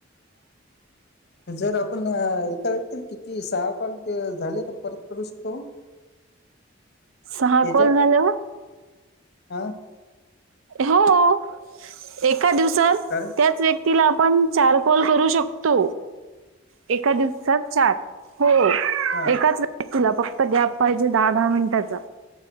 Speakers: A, on the left (about 55°); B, on the right (about 85°).
A: जर आपण इका व्यक्तीला किती सहा कॉल झाले तर परत करू शकतो?
B: सहा
A: त्याच्यात
B: कॉल झाल्यावर?
A: हा.
B: हो एका दिवसात
A: कारण
B: त्याच व्यक्ती तिला आपण चार कॉल करू शकतो. एका दिवसात चार हो
A: हा
B: एकाच व्य तिला फक्त गॅप पाहिजे दहा दहा मिनिटाचा